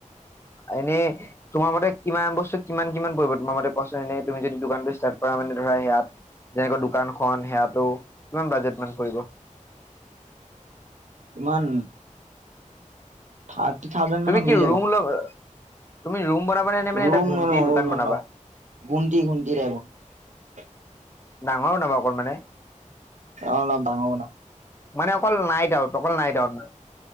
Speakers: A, on the left; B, on the right.
A: এনেই তোমাৰ মতে কিমান বস্তু কিমান কিমান পৰিব তোমাৰ মতে কোৱাচোন এনেই তুমি যদি দোকানটো ষ্টাৰ্ট কৰা মানে ধৰা সেয়াত যেনেকৈ দোকানখনন সেয়াটো কিমান বাজেট মান পৰিব
B: ইমান থাৰ্টি থাউজেণ্ড
A: তুমি
B: মানত
A: কি
B: হৈ যাব
A: ৰুম ল তুমি ৰুম বনাবা নে নে মানে
B: ৰুম
A: এটা ঘুমটি
B: নলওঁ
A: দোকান
B: ৰুম নলওঁ
A: বনাবা
B: ঘুন্টি ঘুণ্টি লাগে <unintelligible>
A: ডাঙৰ <unintelligible>
B: অলপ ডাঙৰ বনাম
A: মানে অকল নাই দা অকল নাই দাউত <unintelligible>